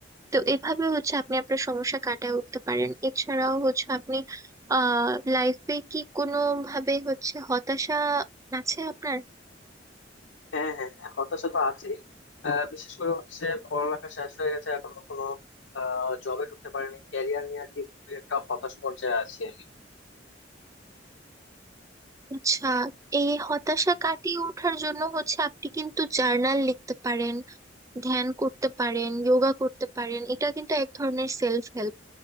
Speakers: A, on the right (about 15°); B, on the left (about 75°).
A: তো এভাবে হচ্ছে আপনি আপনার সমস্যা কাটিয়ে উঠতে পারেন এছাড়াও হচ্ছে আপনি আহ লাইফে কি কোনো ভাবে হচ্ছে হতাশা আছে আপনার
B: হ্যাঁ হ্যাঁ হ্যাঁ, হতাশা তো আছেই আহ, বিশেষ করে হচ্ছে পড়ালেখা শেষ হয়ে গেছে এখনো কোনো জবে ঢুকতে পারিনি ক্যারিয়ার নিয়ে আর কি খুবই একটা হতাশ পর্যায়ে আছি আমি
A: আচ্ছা এই হতাশা কাটিয়ে ওঠার জন্য হচ্ছে আপনি কিন্তু জার্নাল লিখতে পারেন ধ্যান করতে পারেন যোগা করতে পারেন এটা কিন্তু এক ধরনের সেলফ হেল্প